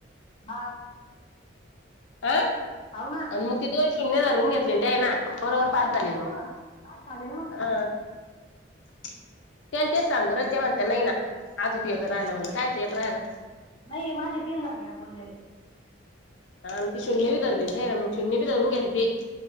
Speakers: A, on the left (about 25°); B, on the left (about 70°).
A: हा
B: अ,
A: हऊ ना,
B: आणि मग ती दोन शून्य धरून घेतले ते आहे ना. बरोबर
A: हा
B: पाच झाले
A: आहे ना
B: मग
A: पाच झाले ना मग.
B: अ, त्याला तेच
A: काय
B: सांगू
A: म्हणताय?
B: राल ते म्हणत नाही ना आजोपय राहायला म्हणलं काय त एक राहायला.
A: नाही माझे तीन झाले ना बोललेले.
B: हा आणि ते शून्य बी धलेली ना मग शून्य बी रून घ्याेते ते.